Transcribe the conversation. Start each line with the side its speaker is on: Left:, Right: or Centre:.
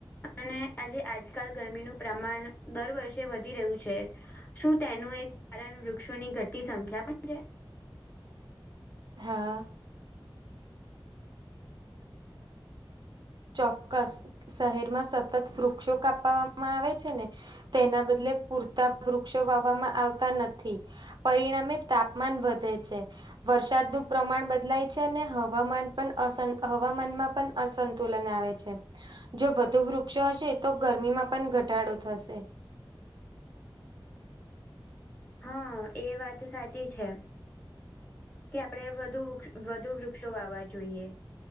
Left: અને આજે આજકાલ ગરમીનું પ્રમાણ દર વર્ષે વધી રહ્યું છે. શું તેનું એક કારણ વૃક્ષોની ઘટતી સંખ્યા પણ છે.
Right: હા. ચોક્કસ શહેરમાં સતત વૃક્ષો કાપવામાં આવે છે ને. તેના બદલે પૂરતા વૃક્ષો વાવામાં આવતા નથી. પરિણામે તાપમાન વધે છે. વરસાદનું પ્રમાણ બદલાય છે અને હવામાન પણ અસ હવામાનમાં પણ અસંત. તુલન આવે છે જો વધુ વૃક્ષો હશે તો ગરમીમાં પણ ઘટાડો થશે.
Left: હા એ વાત ત સાચી છે. કે આપડણે વધુ વધુ વૃક્ષો વાવા જોઈએ